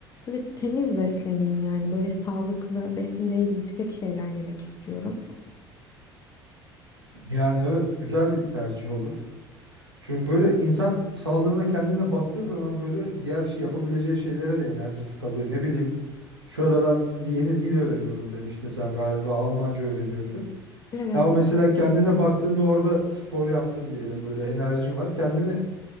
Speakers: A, on the left; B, on the right.
A: böyle temiz besleneyim yani böyle sağlıklı, besin değeri yüksek şeyler yemek istiyorum.
B: Yani evet güzel bir tercih olur. Çünkü böyle insan sağlığına kendine baktığı zaman böyle diğer şey yapabileceği şeylere de enerjisi kalıyor. Ne bileyim şu aralar yeni dil öğreniyorum demiştin sen galiba Almanca öğreniyorsun.
A: Evet,
B: Ya mesela kendine baktığında orada spor yaptın diyelim böyle enerjin var. Kendine